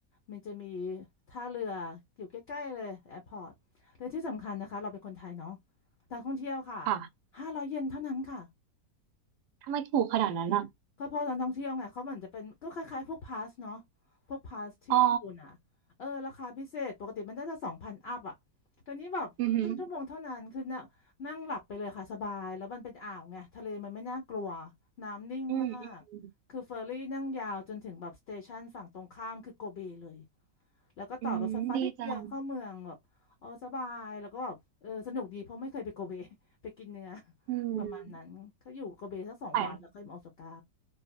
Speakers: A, on the left; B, on the right.
A: มันจะมีท่าเรืออยู่ใกล้ๆเลยแอร์พอร์ตและที่สำคัญนะคะเราเป็นคนไทยเนาะนักท่องเที่ยวค่ะ
B: ค่ะ
A: ห้าร้อยเยนเท่านั้นค่ะ
B: ทำไมถูกขนาดนั้นอ่ะ
A: ก็เพราะตอนท่องเที่ยวไงเขาเหมือนจะเป็นก็คล้ายๆพวกพาสเนาะพวกพาสที่ญี่ปุ่นอ่ะเออราคาพิเศษปกติมันน่าจะสองพันอัพอ่ะแต่นี้แบบครึ่งชั่วโมงเท่านั้นคือนั่งนั่งหลับไปเลยค่ะสบายแล้วมันเป็นอ่าวไงทะเลมันไม่น่ากลัว
B: อ๋ออือหือ
A: น้ำนิ่งมาก
B: อืม อืม
A: คือเฟอร์รี่นั่งยาวจนถึงแบบสเตชันฝั่งตรงข้ามคือโกเบเลยแล้วก็ต่อรถไฟฟ้านิดเดียวเข้าเมืองแบบเออสบายแล้วก็แบบเออสนุกดีเพราะไม่เคยไปโกเบ
B: อืม ดีจัง
A: <laughs> ไปกินเนื้อ <laughs>
B: อืม
A: ประมาณนั้นเขาอยู่โกเบสักสองวันแล้วค่อยมาโอซาก้า
B: แปลก